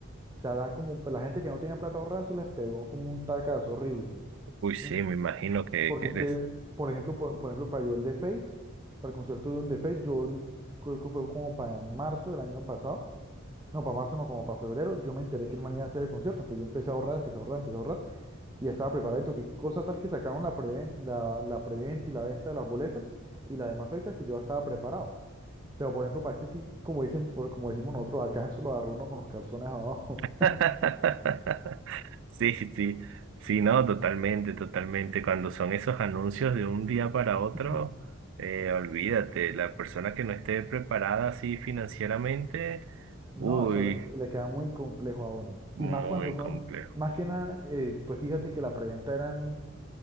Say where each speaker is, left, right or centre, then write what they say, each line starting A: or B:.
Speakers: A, on the right (about 15°); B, on the right (about 60°).
A: O sea, dan como, un- la gente que no tenía plata ahorrada, eso les pegó como un tacazo horrible,
B: Uy, sí,
A: ¿sí?
B: me imagino que,
A: Porque
B: que
A: es
B: debe
A: que, por ejemplo, por, por ejemplo, para yo el de Fate, para el concierto de un de Fate, yo creo que fue como para marzo del año pasado, no, para marzo no, como para febrero, yo me enteré que el man iba a hacer el concierto, entonces yo empecé a ahorrar, empecé a ahorrar, empecé a ahorrar, y ya estaba preparado, que cosa tal que sacaron la preventa, la, la preventa y la venta de las boletas y las demás fechas que yo ya estaba preparado. Pero, por ejemplo, para este sí, como dicen, por- como decimos nosotros, acá eso lo agarró uno con los calzones abajo.
B: <laughs> Sí, sí, sí, no, totalmente, totalmente. Cuando son esos anuncios de un día para otro,
A: <laughs>
B: eh, olvídate, la persona que no esté preparada así financieramente,
A: No,
B: uy,
A: eso le, le queda muy complejo a uno.
B: muy
A: Y más cuando son,
B: complejo.
A: más que nada, eh, pues fíjate que la preventa eran,